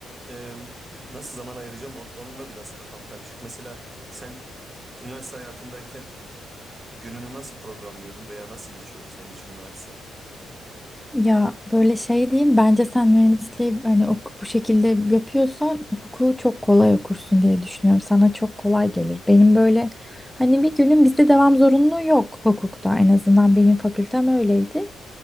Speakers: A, on the right; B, in the centre.
A: e, nasıl zaman ayıracağım on, onun da biraz kafam karışık. Mesela sen üniversite hayatındayken gününü nasıl programlıyordun veya nasıl geçiyordu senin için üniversite?
B: Ya böyle şey diyeyim bence sen mühendisliği hani oku, bu şekilde yapıyorsan hukuku çok kolay okursun diye düşünüyorum. Sana çok kolay gelir. Benim böyle hani bir günün bizde devam zorunluluğu yok hukukta en azından benim fakültem öyleydi.